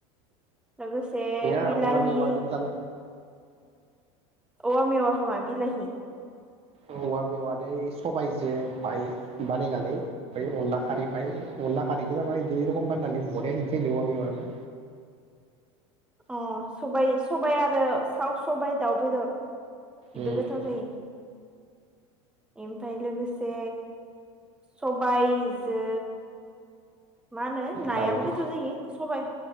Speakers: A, in the centre; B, on the right.
A: लोगोसे
B: नङा
A: बिलाहि
B: औवा मेवादोबो जानो
A: औवा मेवाखो मा बिलाहि।
B: औवा मेवादो सबायजो बाय बानायनानै ओमफ्राय अनला खारैबाय अनला खारैदो ना मा इदि रखम बानायनानै बरिया हिद जायोलै औवा मेवाबा।
A: अ सबाय सबाय आरो साव सबाय दाउ बेदर। इबो
B: उम
A: गोथाव जायो। इमफ्राय लोगोसे सबायजो मा होनो नायाबो
B: दाउजो
A: गोथाव जायो सबाय